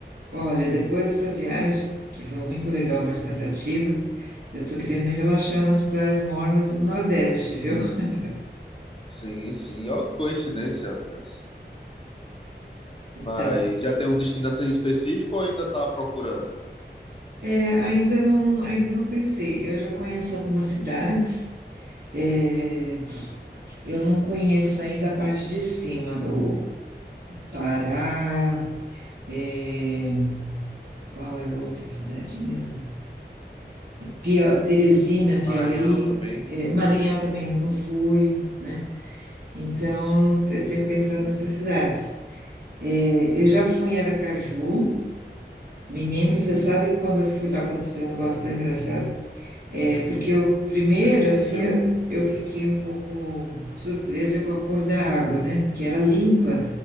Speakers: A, on the right; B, on the left.
A: Olha, depois dessa viagem, que foi muito legal, mas cansativa, eu tô querendo relaxar nas praias mornas do Nordeste, viu? <laughs>
B: Sim, sim. Ó, que coincidência, rapaz.
A: Então,
B: Mas já tem um destino assim específico ou ainda tá procurando?
A: é, ainda não, ainda não pensei. Eu já conheço algumas cidades, é, eu não conheço ainda a parte de cima do Pará, é,
B: Sim.
A: qual é outra cidade mesmo? Pia, Teresina, Piauí,
B: Maranhão também.
A: é, Maranhão também ainda não fui, né? Então,
B: Isso.
A: eu tenho pensado nessas cidades. É, eu já fui em Aracaju. Menino,
B: Sim.
A: você sabe
B: O
A: que quando eu fui lá aconteceu um negócio tão engraçado? É, porque eu, primeiro,
B: que aconteceu?
A: assim, eu, eu fiquei um pouco surpresa com a cor da água, né? Que era limpa,